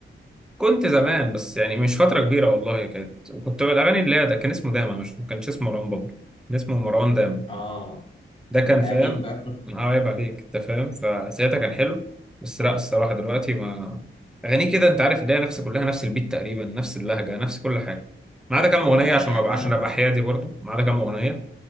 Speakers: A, in the centre; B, on the left.
A: كنت زمان بس يعني مش فترة كبيرة والله كانت وكنت الأغاني اللي هي ده كان اسمه داما مش ما كانش اسمه مروان بابلو كان اسمه مروان داما
B: اه
A: ده كان
B: ده انت
A: فاهم
B: قديم بقى <laughs>
A: من عيب عليك انت فاهم فساعتها كان حلو بس لا الصراحه دلوقتي ما اغانيه كده انت عارف اللي هي نفس كلها نفس البيت تقريبا نفس اللهجه نفس كل حاجه ما عدا كام
B: هي
A: اغنيه عشان ما
B: هي
A: أبقى-
B: فعلا
A: عشان
B: اه
A: ابقى حيادي برضو ما عدا كام اغنيه